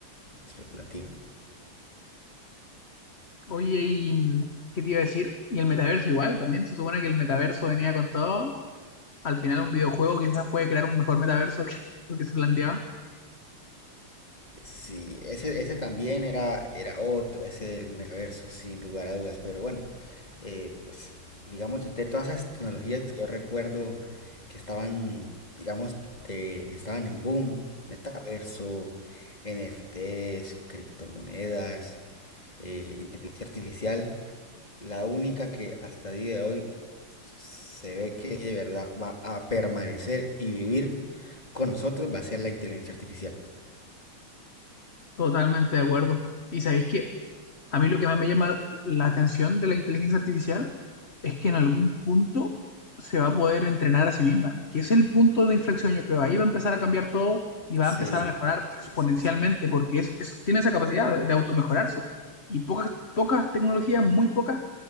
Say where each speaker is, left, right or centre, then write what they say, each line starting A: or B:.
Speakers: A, on the left; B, on the left.
A: Especulativa.
B: Oye, ¿y mm, qué te iba a decir? Y el metaverso igual, también se supone que el metaverso venía con todo. Al final un videojuego quizás puede crear un mejor metaverso que lo que se planteaba.
A: Sí, ese, ese también era, era otro, ese del metaverso, sin lugar a dudas. Pero bueno, eh, pues digamos, de, de todas esas tecnologías que yo recuerdo que estaban, digamos, de- estaban en boom, metaverso, NFTs, criptomonedas, eh, inteligencia artificial, la única que hasta el día de hoy se ve que de verdad va a permanecer y vivir con nosotros va a ser la inteligencia artificial.
B: Totalmente de acuerdo. Y sabéis que a mí lo que más me llama la atención de la inteligencia artificial es que en algún punto se va a poder entrenar a sí misma, que es el punto de inflexión, yo creo. Ahí va a empezar a cambiar todo y va
A: Sí,
B: a empezar a mejorar
A: sí,
B: exponencialmente
A: sí, sí.
B: porque es, es- tiene esa capacidad de, de automejorarse. Y pocas, pocas tecnologías, muy pocas,